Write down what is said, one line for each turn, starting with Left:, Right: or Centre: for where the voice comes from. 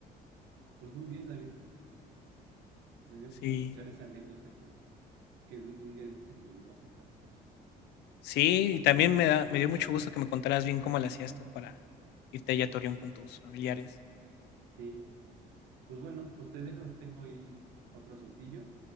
Right: Pues muy bien, David. Me dio
Left: Sí,
Right: gusto escuchar esa anécdota que, que un día dijiste que me la ibas a platicar.
Left: sí, y también me, da, me dio mucho gusto que me contaras bien cómo le hacías tú para irte allá a Torreón con tus familiares.
Right: Sí, pues bueno, pues te dejo. Tengo ahí otro asuntillo,